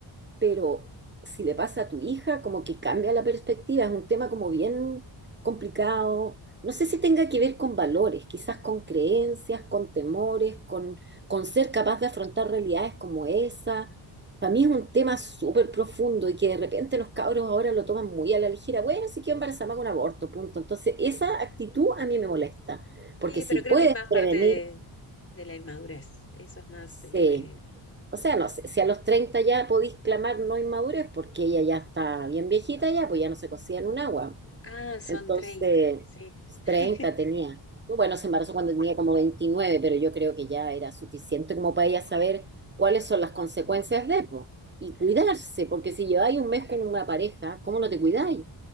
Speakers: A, on the right; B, on the left.
A: pero
B: Ajá.
A: si le pasa a tu hija, como que cambia la perspectiva, es un tema como bien complicado. No sé si tenga que ver con valores, quizás con creencias, con temores, con, con ser capaz de afrontar realidades como esa. Para mí es un tema súper profundo y que de repente los cabros ahora lo toman muy a la ligera. Bueno, si quiero embarazarme hago un aborto, punto. Entonces, esa actitud
B: Sí,
A: a mí me molesta, porque
B: Sí,
A: si
B: pero
A: puedes
B: creo que es más parte
A: prevenir,
B: de, de la inmadurez, eso es más...
A: sí.
B: eh,
A: O sea, no sé, si a los 30 ya podéis clamar no inmadurez, porque ella ya está bien viejita ya, pues ya no se cocía en un agua.
B: Ah, son
A: Entonces,
B: treinta sí, <laughs>
A: 30 tenía. Bueno, se embarazó cuando tenía como 29, pero yo creo que ya era suficiente como para ella saber cuáles son las consecuencias de, pues. Y cuidarse, porque si lleváis un mes con una pareja, ¿cómo no te cuidáis?